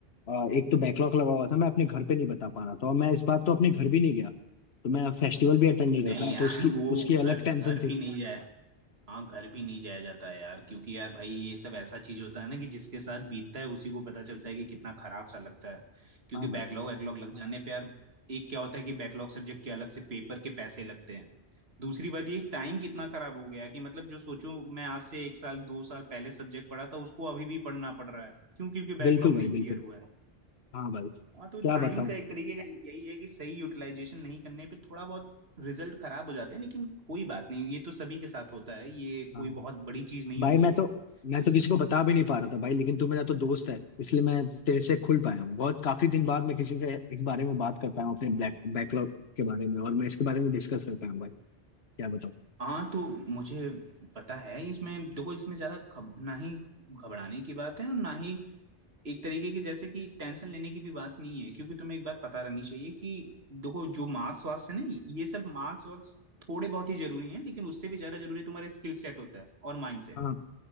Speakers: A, on the left; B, on the right.
A: अ, एक तो बैकलॉग लगा हुआ था मैं अपने घर पे नहीं बता पा रहा था और मैं इस बार तो अपने घर भी नहीं गया तो मैं फेस्टिवल भी अटेंड नहीं कर
B: नहीं
A: पाया तो
B: अच्छा
A: उसकी
B: यार वो
A: उसकी
B: घर
A: अलग
B: घर
A: टेंशन थी
B: भी नहीं जाया हाँ घर भी नहीं जाया जाता है यार क्योंकि यार भाई ये सब ऐसा चीज होता है ना कि जिसके साथ बीतता है उसी को पता चलता है कि कितना खराब सा लगता है क्योंकि
A: हाँ
B: बैकलॉग
A: भाई
B: वैकलॉग लग जाने पे यार एक क्या होता है कि बैकलॉग सब्जेक्ट के अलग से पेपर के पैसे लगते हैं दूसरी बात ये टाइम कितना खराब हो गया है कि मतलब जो सोचो मैं आज से एक साल दो साल पहले सब्जेक्ट पढ़ा था उसको अभी भी पढ़ना पड़ रहा है क्यों क्योंकि बैकलॉग
A: बिल्कुल
B: नहीं
A: भाई
B: क्लियर
A: बिल्कुल
B: हुआ है
A: हाँ भाई
B: हाँ तो
A: क्या
B: टाइम
A: बताऊँ
B: का एक तरीके का यही है कि सही यूटिलाइजेशन नहीं करने पे थोड़ा बहुत रिजल्ट खराब हो जाते हैं लेकिन कोई बात नहीं ये तो सभी के साथ होता है ये
A: हाँ
B: कोई बहुत बड़ी चीज नहीं
A: भाई
B: हो गई
A: मैं
B: है
A: तो मैं
B: इस
A: तो किसी को बता भी नहीं पा रहा था भाई लेकिन तू मेरा तो दोस्त है इसलिए मैं तेरे से खुल पाया हूँ बहुत काफी दिन बाद मैं किसी से इस बारे में बात कर पाया हूँ अपने ब्लैक बैकलॉग के बारे में और मैं इसके बारे में डिस्कस कर पाया हूँ भाई क्या बताऊँ
B: हाँ तो मुझे पता है इसमें देखो इसमें ज्यादा खब, ना ही घबराने की बात है और ना ही एक तरीके की जैसे कि टेंशन लेने की भी बात नहीं है क्योंकि तुम्हें एक बात पता रहनी चाहिए कि देखो जो मार्क्स वार्क्स है ना ये सब मार्क्स वार्क्स थोड़े बहुत ही जरूरी हैं लेकिन उससे भी ज्यादा जरूरी तुम्हारे स्किल सेट होता है और माइंड सेट।
A: हाँ